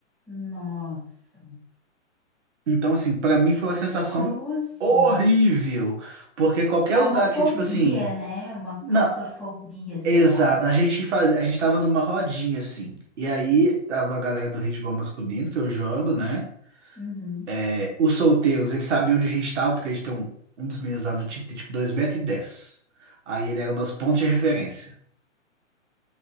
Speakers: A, in the centre; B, on the right.
A: Nossa.
B: Então, assim, pra mim foi uma sensação
A: Cruzes.
B: horrível. Porque qualquer
A: Dá
B: lugar
A: uma fobia,
B: que, tipo assim.
A: né? Uma
B: Não,
A: claustrofobia, sei
B: exato.
A: lá.
B: A gente faz, a gente tava numa rodinha, assim. E aí tava a galera do handebol masculino, que eu jogo, né?
A: Uhum.
B: É, Os solteiros, eles sabiam onde a gente tava, porque a gente tem um, um dos meninos lá do time, tem tipo dois metros e dez Aí ele era o nosso ponto de referência.